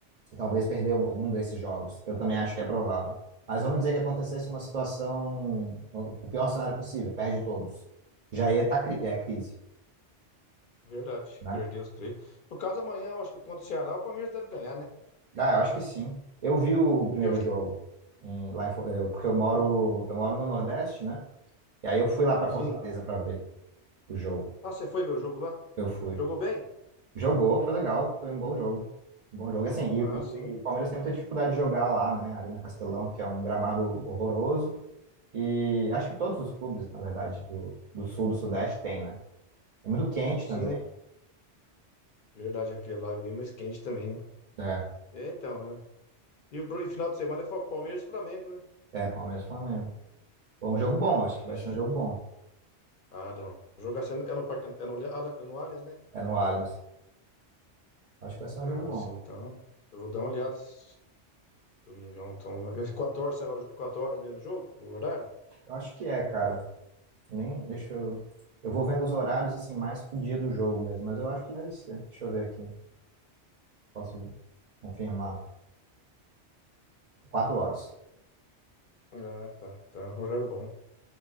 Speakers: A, on the right (about 45°); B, on the left (about 55°).
A: Talvez perder um- algum desses jogos. Eu também acho que é provável. Mas vamos dizer que acontecesse uma situação, o o pior cenário possível, perde todos. Já ia estar é crise,
B: Verdade.
A: né?
B: Perdeu os três. No caso, amanhã, eu acho que contra o Ceará, o Palmeiras deve ganhar, né?
A: Ah, eu acho que sim. Eu vi o primeiro
B: Eu acho
A: jogo
B: que
A: em- lá em Fo- eu- porque eu moro,
B: jogou.
A: eu moro no Nordeste, né? E aí eu fui lá para
B: Sim.
A: Fortaleza para ver. o jogo.
B: Ah, você foi ver o jogo lá?
A: Eu fui.
B: Jogou bem?
A: Jogou, foi legal, foi um bom jogo. Um bom jogo. E, Assim,
B: Ah,
A: e,
B: sim.
A: e- o Palmeiras tem muita dificuldade de jogar lá, né? A Arena Castelão, porque é um gramado horroroso. E acho que todos os clubes, na verdade, do, do sul, do sudeste tem, né? É muito quente
B: Sim,
A: também.
B: verdade, aquele lá é bem mais quente também, né?
A: É.
B: É, então. é. E o pro- e final de semana é Fa- Palmeiras e Flamengo, né?
A: É, Palmeiras e Flamengo. Bom, um jogo bom, acho que
B: Vixe.
A: vai ser um jogo bom.
B: Ah, não. Jogar assim, é no é no Parque, Ant- é no, Ale- Ale- no Allianz, né?
A: É no Allianz. Acho que vai ser um
B: Ah,
A: jogo bom.
B: sim, então. Eu vou dar uma olhada esse domingão. Então, às 4 horas, será o jo- 4 horas mesmo o jogo? O horário?
A: Eu acho que é, cara. Nem, deixa eu. Eu vou vendo os horários assim mais pro dia do jogo mesmo, mas eu acho que deve ser. Deixa eu ver aqui. Posso confirmar. Quatro horas.
B: Ah, tá. Tá, um horário bom.